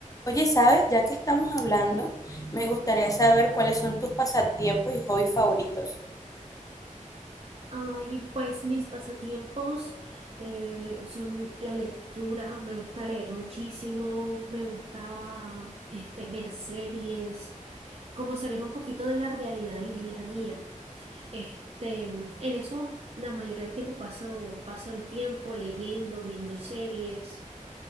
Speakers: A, on the left; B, on the right.
A: Oye, ¿sabes? Ya que estamos hablando, me gustaría saber cuáles son tus pasatiempos y hobbies favoritos.
B: Ay, pues mis pasatiempos eh, son la lectura, me gusta leer muchísimo, me gusta este, ver series, como salir un poquito de la realidad del día a día. Este, en eso la mayoría del tiempo paso, paso el tiempo leyendo, viendo series.